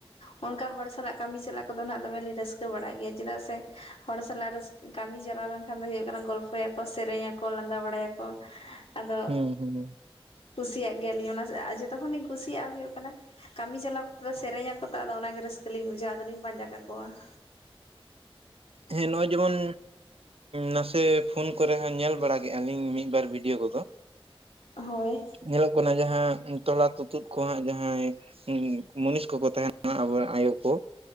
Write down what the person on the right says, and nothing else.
ᱦᱩᱸ ᱦᱩᱸ᱾
ᱦᱮᱸ ᱱᱚᱜᱼᱚᱭ ᱡᱮᱢᱚᱱ ᱱᱟᱥᱮ ᱯᱷᱳᱱ ᱠᱚᱨᱮ ᱦᱚᱸ ᱧᱮᱞ ᱵᱟᱲᱟ ᱠᱮᱫᱼᱟ ᱞᱤᱧ ᱢᱤᱫᱵᱟᱨ ᱵᱷᱤᱰᱭᱳ ᱠᱚᱫᱚ᱾᱾
ᱧᱮᱞᱚᱜ ᱠᱟᱱᱟ ᱡᱟᱦᱟᱸ ᱛᱚᱞᱟ ᱛᱩᱛᱩᱫ ᱠᱚ ᱦᱟᱸᱜ ᱡᱟᱦᱟᱸᱭ ᱢᱩᱱᱤᱥ ᱠᱚᱠᱚ ᱛᱟᱦᱮᱱᱟ ᱟᱵᱚᱨᱮᱱ ᱟᱭᱚ ᱠᱚ᱾